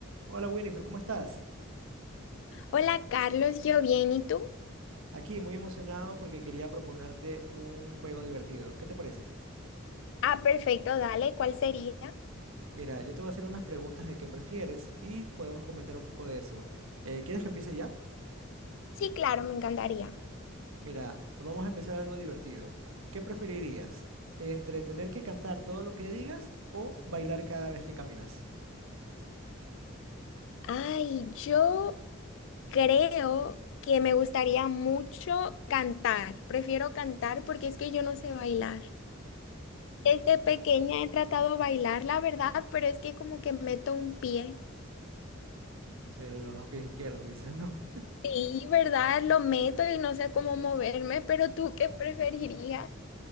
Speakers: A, on the right (about 80°); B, on the left (about 65°).
A: Hola Winifred, ¿cómo estás?
B: Hola Carlos, yo bien, ¿y tú?
A: Aquí muy emocionado porque quería proponerte un juego divertido. ¿Qué te parece?
B: Ah, perfecto, dale, ¿cuál sería?
A: Mira, yo te voy a hacer unas preguntas de qué prefieres y podemos comentar un poco de eso. Eh, ¿quieres que empiece ya?
B: Sí, claro, me encantaría.
A: Mira, vamos a empezar algo divertido. ¿Qué preferirías? ¿Entre tener que cantar todo lo que digas o bailar cada vez que caminas?
B: Ay, yo creo que me gustaría mucho cantar. Prefiero cantar porque es que yo no sé bailar. Desde pequeña he tratado de bailar, la verdad, pero es que como que meto un pie.
A: Dicen los dos pies izquierdos, dicen, ¿no? <laughs>
B: Sí, ¿verdad? Lo meto y no sé cómo moverme, pero ¿tú qué preferirías?